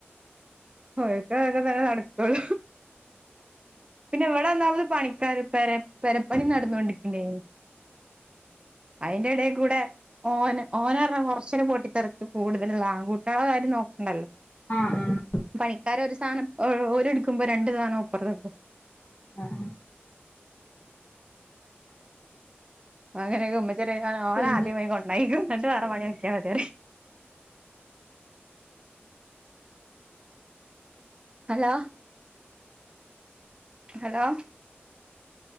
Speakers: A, on the right (about 25°); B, on the left (about 40°).
A: പോയക്കൊക്കെ തന്നെ നടക്കളൂ പിന്നെ എവിടെന്നാമത് പണിക്കാർ പ പരപ്പണി നടന്നുകൊണ്ടി അയിന്റെട ടെ ഓ ഓന കൊറച്ചനും പട്ടിത്തെറക്ക കൂടുതലുള്ള ആ കൂട്ടള കാര് നോക്ക ഉണ്ടല്ലോ
B: ആഹ് ആഹ്
A: പണിക്കാര ഒരു സാധനം ഓര് എടുക്കുമ്പോ രണ്ടണ്ട് സധണോപ്പറത്ത് എടുക്കും
B: ആഹ
A: അങ്ങനെ ഗുമ്മചര ഓന
B: പിന്നെ
A: ആദ്യമായി കൊണ്ടായിും രണ്ട് അറ മണി ഒക്കിയാൽ മതിരെ ഹലോ ഹലോ